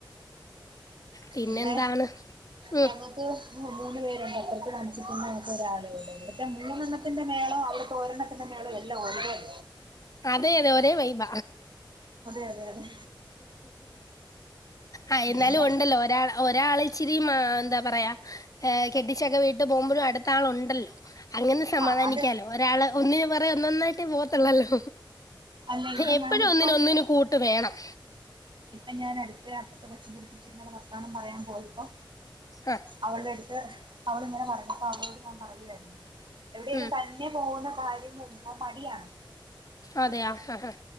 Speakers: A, on the left (about 45°); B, on the right (about 70°).
A: പിന്നെന്താണ്
B: ഇവിടെ
A: ഉം.
B: ഞങ്ങക്ക് മൂന്ന് പേരുണ്ട് അപ്പർത്ത് താസിക്ക്ന്നാൾക്ക് ഒരാളെ ഒള്ളു ഇവ് മൂന്നെണ്ണത്തിന്റെ മേളോ അവിടെത്തെ ഒരെണ്ണത്തിന്റെ മേളോ എല്ലാം ഒര്‌പോലെയാ
A: അതെ അത് ഒരേ വൈബ
B: അതെ അതെ അതെ
A: ആഹ് എന്നാലും
B: പിന്നെ
A: ഉണ്ടല്ലോ ഒരാള് ഒരാൾ ഇച്ചിരി മാ എന്താ പറയാ കെട്ടിച്ചൊക്കെ വീട്ടു പോകുമ്പോഴും അടുത്ത ആളു ഉണ്ടല്ലോ അങ്ങനെ സമാധാനിക്കാലോ
B: ആഹ് അത്
A: ഒരാള് ഒന്നിന് പാെറകെ ഒന്നാെന്നായിട്ടെ പോവത്തൊള്ളല്ലോ
B: അല്ല ഇവിടെ
A: എപ്പഴും
B: ഞാനിപ്പം
A: ഒന്നിന് ഒന്നിനു കൂട്ട് വേണം
B: ഇപ്പൊ ഞാൻ അടുത്ത അപ്പുറത്തെ കൊച്ചിന്റെ അടുത്ത് ഇച്ചിരി നേരം പറയാൻ വർത്താനം പറയാൻ പോയപ്പോ
A: ഹ
B: അവളുടെ അടുത്ത് അവളിങ്ങനെ പറഞ്ഞപ്പോ അവളോട് ഞാൻ പറയുായിരുന്നു എവിടെലും
A: ഉം.
B: നെ പോകുന്ന കാര്യങ്ങ എന്തോ മടിയാണ്
A: അതെയെ ആഹ് ഹാ